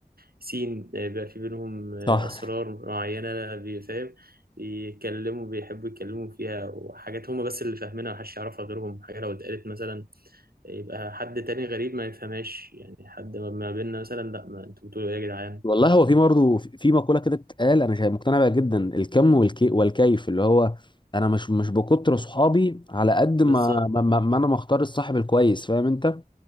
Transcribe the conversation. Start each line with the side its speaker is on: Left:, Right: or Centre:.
Right: سين بقى في بينهم أسرار
Left: صح
Right: معينة بيفهم يكلموا بيحبوا يتكلموا فيها وحاجات هما بس اللي فاهمينها محدش يعرفها غيرهم حاجة لو اتقالت مثلا يبقى حد تاني غريب ما يفهمهاش يعني حد ما ما بيننا مثلا لا ما انتوا بتقولوا ايه يا جدعان
Left: والله هو في برضه في مقوله كده اتقال انا شايف مقتنع بيها جدا الكم والكي والكيف اللي هو انا مش مش بكتر صحابي على قد
Right: بالظبط
Left: ما ما, ما ما انا مختار الصاحب الكويس فاهم انت